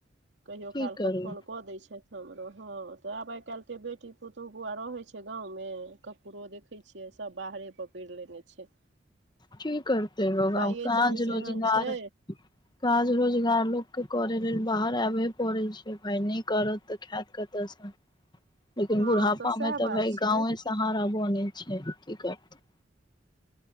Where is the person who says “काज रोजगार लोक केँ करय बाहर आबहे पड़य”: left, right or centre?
Left